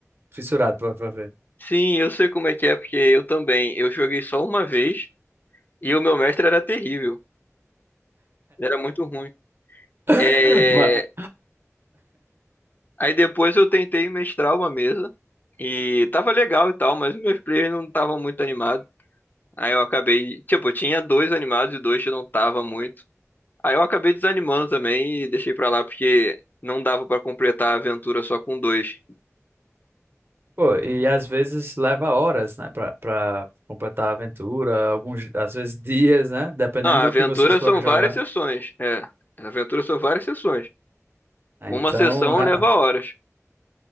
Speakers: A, on the right; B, on the left.
A: fissurado pra, pra ver.
B: sim, eu sei como é que é, porque eu também. Eu joguei só uma vez e o meu mestre era terrível. Era muito ruim. É,
A: <laughs>
B: Aí depois eu tentei mestrar uma mesa e tava legal e tal, mas os meus players não estavam muito animados. Aí eu acabei, tipo, eu tinha dois animados e dois que eu não tava muito. Aí eu acabei desanimando também e deixei pra lá porque não dava pra completar a aventura só com dois.
A: Pô, e às vezes leva horas, né, pra, pra completar a aventura, alguns, às vezes dias, né, dependendo
B: Ah,
A: do
B: a aventura
A: que vocês forem
B: são
A: jogar.
B: várias sessões. É, a aventura são várias sessões.
A: Então,
B: Uma sessão
A: ra-
B: leva horas.